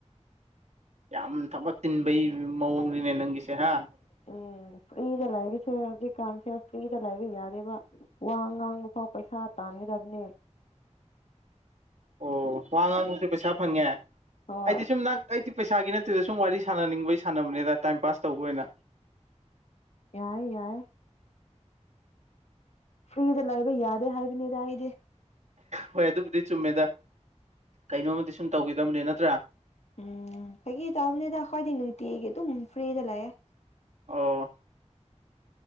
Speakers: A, on the right (about 75°); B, on the left (about 65°).
A: ꯌꯥꯝ ꯊꯕꯛ ꯆꯤꯟꯕꯩ ꯃꯑꯣꯡꯅꯤꯅꯦ ꯅꯪꯒꯤꯁꯦ ꯍꯥ
B: ꯎꯝ
A: <inaudible>
B: ꯐ꯭ꯔꯤꯗ ꯂꯥꯏꯕꯁꯦ ꯍꯧꯖꯤꯛꯀꯥꯟꯁꯦ ꯐ꯭ꯔꯤꯗ ꯂꯥꯏꯕ ꯌꯥꯔꯦꯔꯤꯕ ꯋꯥ ꯉꯥꯡꯕ ꯐꯥꯎ ꯄꯩꯁꯥ ꯇꯥꯡꯉꯤ ꯗꯕꯅꯦ
A: ꯑꯣ ꯋꯥ ꯉꯥꯡꯕꯁꯨ ꯄꯩꯁꯥ ꯐꯪꯉꯦ
B: ꯍꯣꯏ
A: ꯑꯩꯗꯤ ꯁꯨꯝ ꯅꯪ ꯄꯩꯁꯥꯒꯤ ꯅꯠꯇꯦꯗ ꯁꯨꯝ ꯋꯥꯔꯤ ꯁꯥꯟꯅꯅꯤꯡꯕꯒꯤ ꯁꯥꯟꯅꯕꯅꯤꯗ ꯇꯥꯏꯝ ꯄꯥꯁ ꯇꯧꯕ ꯑꯣꯏꯅ
B: ꯌꯥꯏ ꯌꯥꯏ ꯐ꯭ꯔꯤꯗ ꯂꯩꯕ ꯌꯥꯗꯦ ꯍꯥꯏꯕꯅꯦꯗ ꯑꯩꯗꯤ
A: ꯍꯣꯏ ꯑꯗꯨꯕꯨꯗꯤ ꯆꯨꯝꯃꯦꯗ ꯀꯩꯅꯣꯝꯃꯗꯤ ꯁꯨꯝ ꯇꯧꯒꯗꯕꯅꯦ ꯅꯠꯇ꯭ꯔꯥ
B: ꯎꯝ ꯐꯥꯒꯤ ꯇꯧꯅꯦꯗ ꯑꯩꯈꯣꯏꯗꯤ ꯅꯨꯡꯇꯤꯒꯤ ꯑꯗꯨꯝ ꯐ꯭ꯔꯤꯗ ꯂꯩꯑꯦ
A: ꯑꯣ